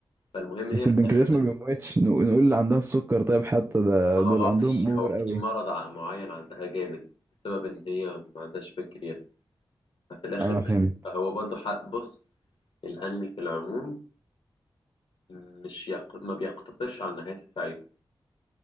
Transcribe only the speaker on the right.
بس
البنكرياس
ما
بيموتش نق- نقول اللي عندها السكر طيب حتى ده
دول
عندهم
اوفر
قوي
اه
فهمت